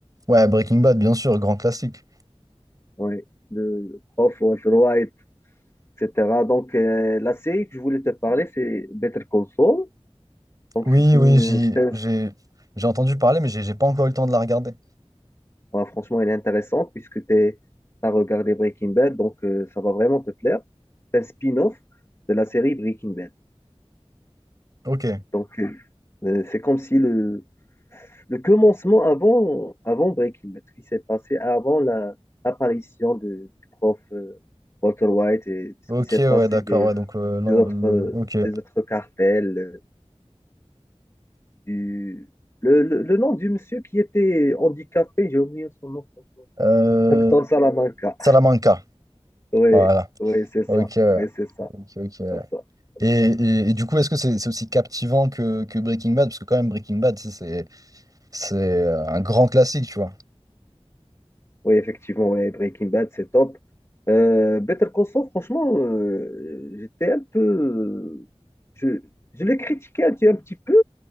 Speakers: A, on the right (about 35°); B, on the left (about 25°).
A: Ouais, Breaking Bad, bien sûr, grand classique.
B: Ouais, de Prof. Walter White et cetera Donc, euh, la série que je voulais te parler, c'est Better Call Saul. Donc,
A: Oui,
B: c'est une
A: oui, j'y-
B: série
A: j'ai j'ai entendu parler, mais j'ai j'ai pas encore eu le temps de la regarder.
B: bah, franchement, elle est intéressante puisque tu as regardé Breaking Bad, donc euh, ça va vraiment te plaire. C'est un spin-off de la série Breaking Bad.
A: Ok.
B: Donc, euh, euh, c'est comme si le, le commencement avant, avant Breaking Bad, ce qui s'est passé avant la- l'apparition de- du prof euh, Walter White et ce
A: Ok,
B: qui s'est
A: ouais,
B: passé
A: d'accord,
B: des,
A: ouais. Donc, euh, l'en-
B: des autres,
A: le...
B: euh,
A: ok.
B: des autres cartels, euh, du- le, le- le nom du monsieur qui était handicapé, j'ai oublié son nom, franchement.
A: Euh...
B: Hector Salamanca.
A: Salamanca.
B: Oui,
A: Voilà.
B: oui, c'est ça.
A: Ok, ouais.
B: Oui, c'est ça.
A: ok, ok. ouais.
B: C'est ça. C'est
A: Et, et,
B: ça.
A: et du coup, est-ce que c'est c'est aussi captivant que, que Breaking Bad? Parce que quand même, Breaking Bad, tu sais, c'est c'est euh, un grand classique, tu vois.
B: Oui, effectivement, ouais, Breaking Bad, c'est top. Euh, Better Call Saul, franchement, euh, j'étais un peu. Je, je l'ai critiqué un petit, un petit peu